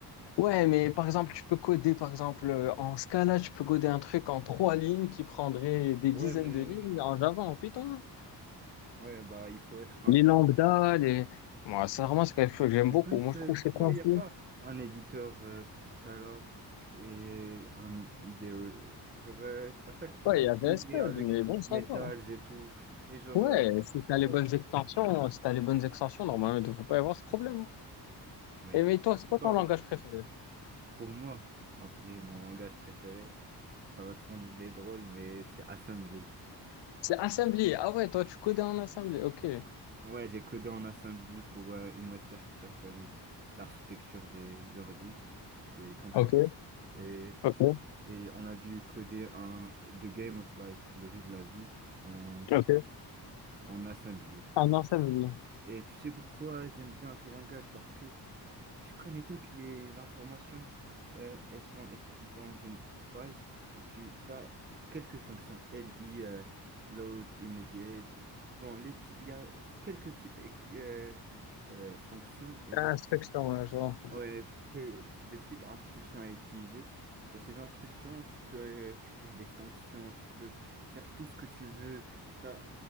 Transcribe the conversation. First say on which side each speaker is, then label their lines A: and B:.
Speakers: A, on the left (about 85°); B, on the right (about 25°).
A: Ouais, mais par exemple, tu peux coder, par exemple, euh, en Scala, tu peux coder un truc en trois lignes qui prendrait des
B: Ouais,
A: dizaines
B: mais
A: de lignes en Java, en Python.
B: ouais, bah il faut être un
A: Les
B: pro.
A: lambda, les. Moi, sincèrement, c'est quelque chose que j'aime
B: En
A: beaucoup.
B: plus,
A: Moi, je
B: euh,
A: trouve
B: je
A: que
B: sais
A: c'est
B: pas,
A: concis.
B: il n'y a pas un éditeur euh, pour ce cas-là et un idéo. Genre, euh, à chaque fois,
A: Ouais, il y avait
B: c'est bugué
A: SQL,
B: avec
A: mais bon, ça
B: Metals
A: va.
B: et tout. Et genre,
A: Ouais,
B: euh, je sais
A: si t'as les
B: pas.
A: bonnes extensions, si t'as les bonnes extensions, normalement, il devrait pas y avoir ce problème. hein.
B: mais
A: Et mais toi, c'est
B: je
A: quoi
B: sais pas.
A: ton langage préféré?
B: Pour moi, en vrai, mon langage préféré, ça va te sembler drôle, mais c'est assembly.
A: C'est Assembly. Ah ouais, toi, tu codais en Assembly. Ok.
B: Ouais, j'ai codé en assembly pour euh, une matière qui s'appelle l'architecture des ordi, des computers.
A: Ok,
B: Et,
A: ok,
B: et on a dû coder un The Game of Life, le jeu de la vie, en,
A: ok.
B: en assembly.
A: En Assembly.
B: Et tu sais pourquoi j'aime bien ce langage? Parce que Tu connais toutes les informations, euh, elles sont écrites dans une page et tu as quelques fonctions, LI, euh, load, immediate. Bon, les petits, il y a quelques petites euh, euh, fonctions et
A: Inspection,
B: genre,
A: ouais, genre.
B: ouais, euh, des petites instructions à utiliser. Et ces instructions, tu peux euh, créer des fonctions, tu peux faire tout ce que tu veux. T'as,